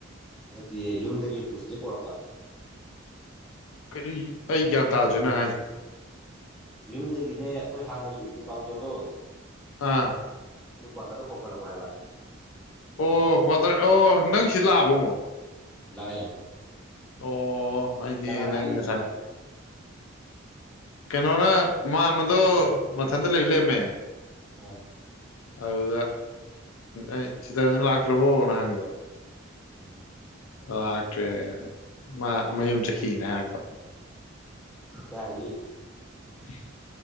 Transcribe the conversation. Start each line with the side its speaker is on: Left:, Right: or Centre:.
Centre: ꯅꯠꯇꯤꯌꯦ ꯌꯨꯝꯗꯒꯤ ꯎꯄꯨꯁꯤꯗꯤ ꯄꯣꯔꯛꯄ
Left: ꯀꯔꯤ ꯑꯩ ꯒ꯭ꯌꯥꯟ ꯇꯥꯗꯔꯦ ꯅꯪ ꯍꯥꯏꯗꯣ
Centre: ꯌꯨꯝꯗꯒꯤꯅꯦ ꯑꯩꯈꯣꯏ ꯍꯥꯟꯅꯒꯤ ꯎꯄꯨ ꯀꯥꯡꯊꯣꯟꯗꯣ
Left: ꯑꯥ
Centre: ꯑꯗꯨ ꯀꯋꯥꯇꯔꯗ ꯍꯣꯡꯀꯠꯂꯛꯄ ꯍꯥꯏꯕ
Left: ꯑꯣ ꯀꯋꯥꯇꯔ ꯑꯣ ꯅꯪ ꯁꯤ ꯂꯥꯛꯑꯕꯣ ꯑꯃꯨꯛ
Centre: ꯂꯥꯛꯑꯦ
Left: ꯑꯣ ꯑꯩꯗꯤ
Centre: ꯀꯅꯥꯅ
Left: ꯅꯪ
Centre: ꯍꯥꯏꯔꯤꯕ
Left: ꯉꯁꯥꯏ
Centre: ꯑꯗꯨꯅ
Left: ꯀꯩꯅꯣꯅ ꯃꯥꯝꯃꯗꯣ ꯃꯊꯟꯗ ꯂꯩ ꯂꯩꯔꯝꯃꯦ
Centre: ꯑꯥ
Left: ꯑꯗꯨꯗ ꯑꯩ ꯆꯤꯇꯔꯟꯖꯟ ꯂꯥꯛꯇ꯭ꯔꯕꯣꯅ ꯍꯪꯕ
Centre: ꯎꯝ
Left: ꯂꯥꯛꯇ꯭ꯔꯦ ꯃꯥ ꯃꯌꯨꯝ ꯆꯠꯈꯤꯅ ꯍꯥꯏꯔꯛꯄ
Centre: ꯀꯥꯏꯗꯒꯤ
Left: <unintelligible>